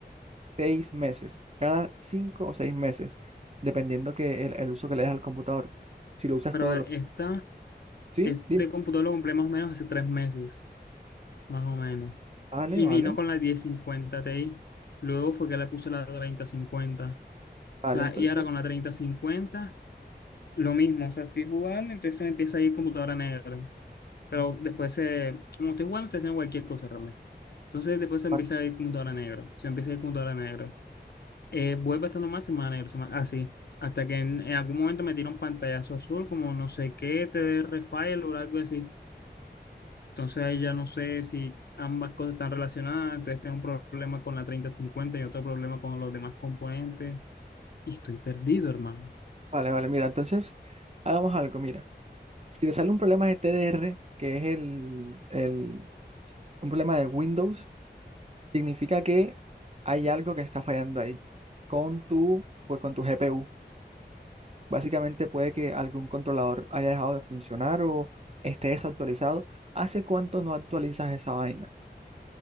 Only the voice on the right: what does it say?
seis meses, cada cinco o seis meses, dependiendo que el, el uso que le des al computador. Si lo usas
todo,
lo...
¿sí?
Dime.
Vale,
vale,
vale,
entonces,
vale,
vale, vale, mira, entonces, hagamos algo, mira. Si te sale un problema de TDR, que es el, el, un problema de Windows, significa que hay algo que está fallando ahí con tu, pues con tu GPU. Básicamente puede que algún controlador haya dejado de funcionar o esté desactualizado. ¿Hace cuánto no actualizas esa vaina?